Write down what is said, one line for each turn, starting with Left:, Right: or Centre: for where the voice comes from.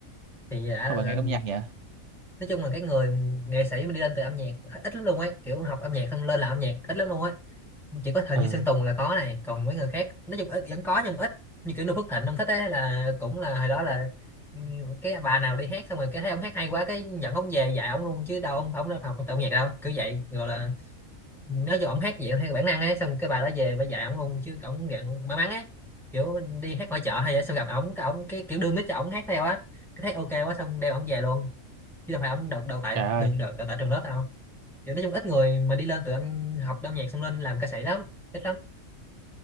Centre: thì đã
Right: không phải
Centre: là-
Right: ngành âm nhạc nhỉ
Centre: nói chung là cái người nghệ sĩ mà đi lên từ âm nhạc ít, ít lắm luôn ấy kiểu học âm nhạc xong lên làm âm nhạc ít lắm luôn ấy chỉ có hình
Right: ừ
Centre: như Sơn Tùng là có này còn mấy người khác nói chung ít vẫn có nhưng ít như kiểu Noo Phước Thịnh ông thích ấy là cũng là hồi đó là ừ, cái bà nào đi hát xong rồi cái thấy ông hát hay quá cái dẫn ông về dạy ông luôn chứ đâu ông không học học tập nhạc đâu cứ vậy gọi là nói cho ông hát gì theo bản năng ấy xong cái bà đó về bà dạy ông luôn chứ ông dạng may mắn ấy kiểu đi hát ngoài chợ hay vậy xong gặp ông cái ông cái kiểu đưa mic cho ông hát theo á cái thấy ok quá xong đeo ông về luôn chứ đâu phải ông đào đào tại
Right: trời
Centre: đừng
Right: ơi
Centre: đào, đào tại trường lớp đâu kiểu nói chung ít người mà đi lên tụi em học âm nhạc xong lên làm ca sĩ lắm ít lắm